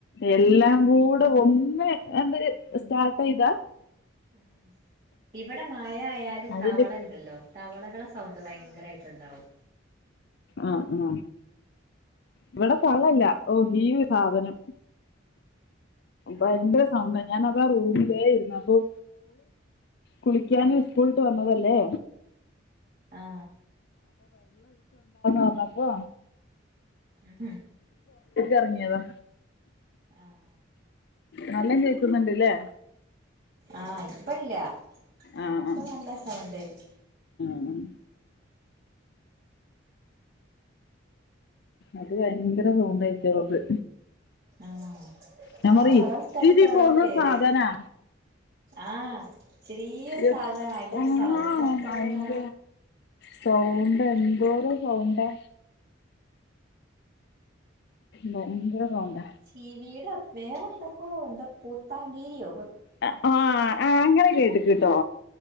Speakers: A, on the left; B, on the right.
A: എല്ലാം കൂടെ ഒന്ന് സ്റ്റാർട്ട് ചെയ്താ
B: ആ ഇവിടെ മായ ആയാല്
A: അതിന്റെ
B: തവള ഇണ്ടല്ലോ തവളകളെ സൗണ്ട് ഭയങ്കരയിട്ട്ണ്ടാവും
A: ആ ആ ഇവിടെ തവള ഇല്ല ഈഒരുസാധനം ഭയങ്കര
B: ആഹ്
A: സൗണ്ട് ആയിരുന്നു അതാ ഞാൻ റൂമിലെ ഇരുന്നേ കുളിക്കാനും സ്കൂൾ വിട്ടു വന്നതല്ലേ
B: ആ...
A: വന്നപ്പോ
B: ഉം
A: ഇറങ്ങിയതാ
B: ആഹ്
A: നല്ലോണം കേൾക്കുണ്ടല്ലേ
B: ആ ഇപ്പല്ല നേരത്തെ
A: ആഹ് ആഹ്
B: നല്ല സൗണ്ട് ആയിരുന്നു
A: ഉം അത് ഭയങ്കര നോബ് ആയിട്ട് ഓൾക്ക്
B: ആഹ്
A: ഞാൻ
B: അത്
A: പറയും
B: ഓരോ സ്ഥലത്ത്
A: ഇത്തിരി
B: ഓരോ
A: പോന്ന
B: പേര്
A: സാധനാ
B: ആഹ് ചെറിയൊരു
A: എ
B: സാധനം അയിന്റെ ഒരു
A: ങ്ങ
B: സൗണ്ട് എത്രയെന്നാ
A: ഇന്ത സൗണ്ട് എന്തോരോ സൗണ്ടാ ഭയങ്കര സൗണ്ട
B: ചീവീടോ വേറെ എന്തൊക്കെയോ എന്താ പൂത്താൻകീരിയോ?
A: അഹ് ആ അങ്ങനെ കേട്ടക്കുന്ന കേട്ടോ